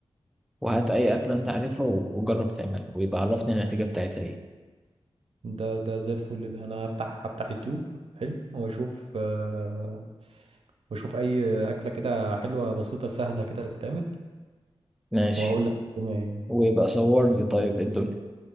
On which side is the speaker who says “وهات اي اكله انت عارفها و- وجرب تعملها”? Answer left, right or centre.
Centre